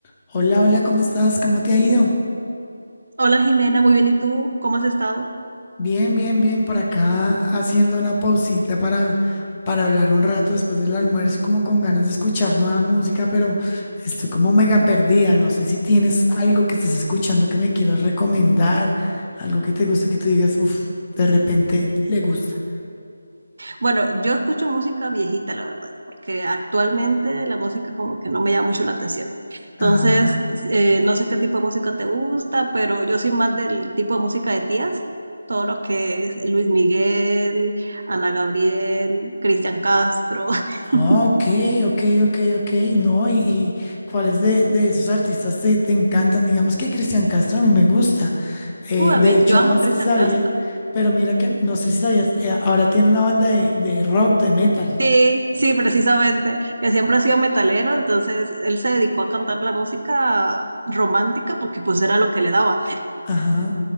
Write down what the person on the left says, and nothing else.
Hola, hola, ¿cómo estás? ¿Cómo te ha ido?
Bien, bien, bien, por acá haciendo una pausita para, para hablar un rato después del almuerzo y como con ganas de escuchar nueva música, pero estoy como mega perdida. No sé si tienes algo que estés escuchando que me quieras recomendar, algo que te guste, que tú digas, uff, de repente le gusta.
Ajá.
Ah, ok, ok, ok, ok. No, y, y cuáles de, de esos artistas te, te encantan. Digamos que Cristian Castro a mí me gusta. Eh,
de
hecho,
no
sé
si sabías,
pero mira que no sé si sabías, eh, ahora tiene una banda de, de rock, de metal.
Ajá.